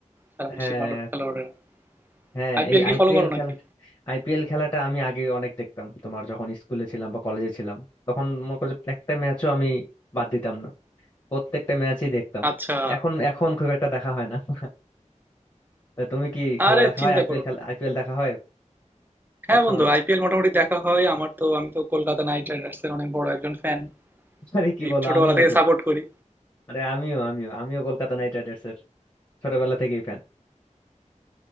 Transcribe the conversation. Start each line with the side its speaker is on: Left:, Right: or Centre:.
Right: সারা বিশ্বের
Left: হ্যাঁ
Right: ভালো খেলোয়াড়েরা
Left: হ্যাঁ
Right: আইপিএল
Left: এই
Right: কি
Left: আইপিএল
Right: ফলো করো
Left: খেলা
Right: নাকি
Left: আইপিএল খেলাটা আমি আগে অনেক দেখতাম তোমার যখন স্কুলে ছিলাম বা কলেজে ছিলাম তখন মনে করো যে একটা ম্যাচও আমি বাদ দিতাম না প্রত্যেকটা ম্যাচই দেখতাম
Right: আচ্ছা
Left: এখন এখন খুব একটা দেখা হয় না <laughs> তা তুমি কি খেলা
Right: আরে
Left: দেখা
Right: চিন্তা
Left: হয় আইপিএল
Right: করো
Left: খেলা
Right: না।
Left: আইপিএল দেখা হয়
Right: হ্যাঁ
Left: সব সময়
Right: বন্ধু আইপিএল মোটামুটি দেখা হয় আমার তো আমি তো কলকাতা নাইট রাইডার্স এর অনেক বড় একজন ফ্যান
Left: <laughs> আরে কি
Right: এই
Left: বলো
Right: ছোটবেলা
Left: আমিও
Right: থেকে
Left: তো
Right: সাপোর্ট করি
Left: আরে আমিও আমিও আমিও কলকাতা নাইট রাইডার্স এর ছোটবেলা থেকেই ফ্যান